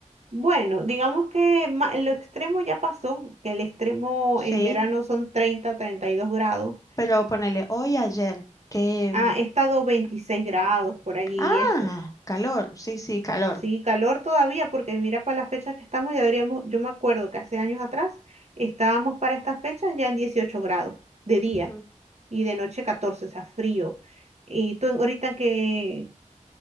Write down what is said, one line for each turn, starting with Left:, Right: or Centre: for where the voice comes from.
Right: Bueno, digamos que ma- lo extremo ya pasó, que el extremo
Left: Sí,
Right: en verano son treinta treinta y dos grados.
Left: pero ponele hoy, ayer, que...
Right: Ha
Left: mm,
Right: estado 26 grados por allí
Left: Ah,
Right: y eso.
Left: calor, sí, sí, calor.
Right: Sí, calor todavía, porque mira para la fecha que estamos, ya deberíamos, yo me acuerdo que hace años atrás estábamos para estas fechas ya en 18 grados de día
Left: Ujú.
Right: y de noche catorce o sea, frío. Y tú ahorita que,